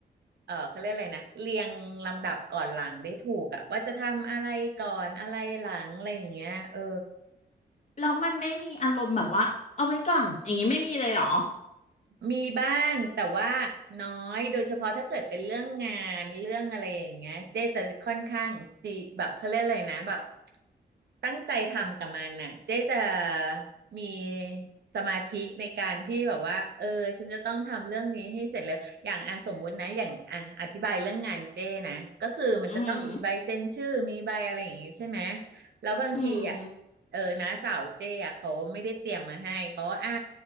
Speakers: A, on the right; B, on the left.
A: เออ เขาเรียกอะไรนะเรียงลำดับก่อนหลังได้ถูกอะว่าจะทำอะไรก่อนอะไรหลังอะไรอย่างเงี้ยเออ
B: แล้วมันไม่มีอารมณ์แบบว่าเอาไว้ก่อนอย่างนี้ไม่มีเลยเหรอ
A: มีบ้างแต่ว่าน้อยโดยเฉพาะถ้าเกิดเป็นเรื่องงานเรื่องอะไรอย่างเงี้ยเจ๊จะค่อนข้างซีแบบเขาเรียกอะไรนะแบบตั้งใจทำกับมันน่ะเจ๊จะมีสมาธิในการที่แบบว่าเออฉันจะต้องทำเรื่องนี้ให้เสร็จเร็วอย่างอ่ะสมมุตินะอย่างอ่ะอธิบายเรื่องงานเจ๊นะก็คือมันจะต้องมีใบเซ็นชื่อมีใบอะไรอย่างงี้ใช่ไหม
B: อืม
A: แล้วบางทีอ่ะ
B: อืม
A: เออนะสาวเจ้อะเขาไม่ได้เตรียมมาให้ เขาก็อ่ะ